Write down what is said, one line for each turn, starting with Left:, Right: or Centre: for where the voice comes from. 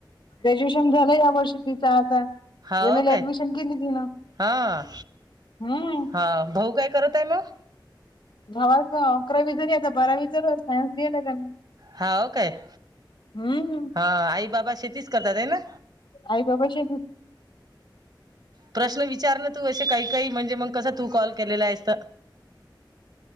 Left: ग्रॅज्युएशन झालं या वर्षी तिचा आता.
Right: हाव
Left: एम ए ला
Right: काय?
Left: ऍडमिशन केली तिनं
Right: हं.
Left: <unintelligible>
Right: हा, भाऊ काय करत आहे मग?
Left: भावाच अकरावी झाली. आता बारावी चालूय. सायन्स घेल त्यांनी.
Right: हाव काय?
Left: हम्म.
Right: हा, आई, बाबा शेतीच करतात हे ना?
Left: आई बाबाशी
Right: प्रश्न विचारण तू असे, काही काही म्हणजे मग कसं तू कॉल केलेला आहेस त